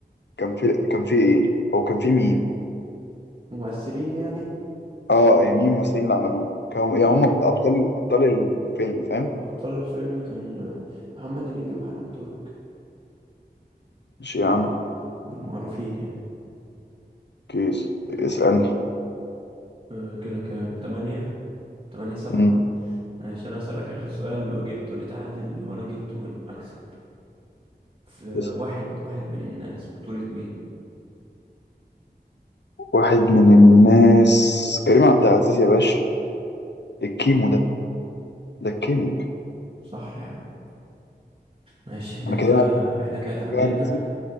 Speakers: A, on the left; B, on the right.
A: كان في كان في ايه او كان في مين
B: ممثلين يعني
A: اه إيه مين الممثلين اللي عملوه كانوا يعني
B: أه،
A: هم ابطال ابطال الفيلم فاهم
B: أبطال الفيلم كان محمد هنيدي وحنان ترك
A: ماشي يا
B: يعني
A: عم
B: بالمعروفين يعني
A: كيس اسألني
B: أه، كده كام تمانية تمانية سبعة
A: مم.
B: عشان أسألك آخر سؤال لو جبته نتعادل لو أنا جبته أكسب في
A: اسأل.
B: واحد واحد من الناس بطولة مين
A: واحد من الناس كريم عبد العزيز يا باشا الكيمو ده ده الكينج
B: صح يا عم ماشي احنا
A: انا
B: كده
A: كده
B: احنا كده اتعادلنا
A: كده نسيت